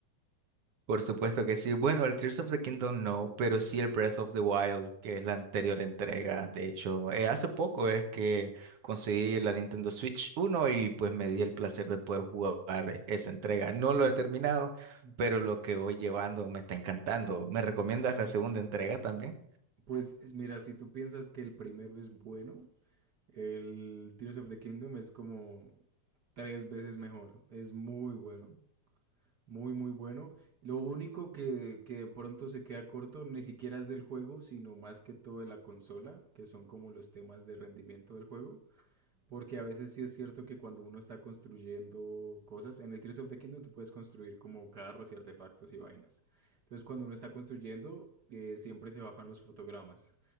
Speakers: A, on the right; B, on the right.
A: Por supuesto que sí. Bueno, el Tears of the Kingdom no, pero sí el Breath of the Wild, que es la anterior entrega. De hecho, eh, hace poco es que conseguí la Nintendo Switch uno y pues me di el placer de poder jugar esa entrega. No lo he terminado,
B: Ujú.
A: pero lo que voy llevando me está encantando. ¿Me recomiendas la segunda entrega también?
B: Pues es- mira, si tú piensas que el primero es bueno, El Tears of the Kingdom es como tres veces mejor. Es muy bueno. Muy, muy bueno. Lo único que, que de pronto se queda corto ni siquiera es del juego, sino más que todo de la consola, que son como los temas de rendimiento del juego. Porque a veces sí es cierto que cuando uno está construyendo cosas, en el Tears of the Kingdom tú puedes construir como carros y artefactos y vainas. Entonces cuando uno está construyendo, eh, siempre se bajan los fotogramas.